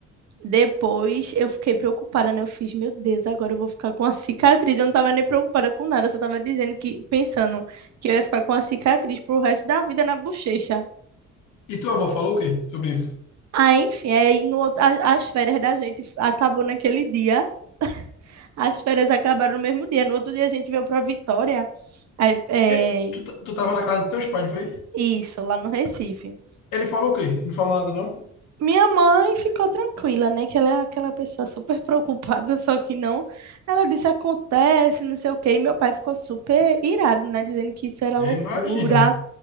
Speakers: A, on the right (about 60°); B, on the left (about 85°).
A: depois eu fiquei preocupada, né? Eu fiz, meu Deus, agora eu vou ficar com a cicatriz. Eu não tava nem preocupada com nada, eu só tava dizendo que pensando que eu ia ficar com a cicatriz pro resto da vida na bochecha.
B: E tua avó falou o quê sobre isso?
A: Ah, enfim, aí no, outro- a- as férias da gente f- acabou naquele dia, as férias acabaram no mesmo dia. No outro dia a gente veio para Vitória, aí, é,
B: É, tu, ta- tu tava na casa dos teus pais, não foi?
A: isso, lá no Recife.
B: Ele falou o quê? Não falou nada, não?
A: Minha mãe ficou tranquila, né? Que ela é aquela pessoa super <laughs> preocupada, só que não. Ela disse, acontece, não sei o quê. E meu pai ficou super irado, né? Dizendo que isso era
B: Eu
A: loucura,
B: imagino.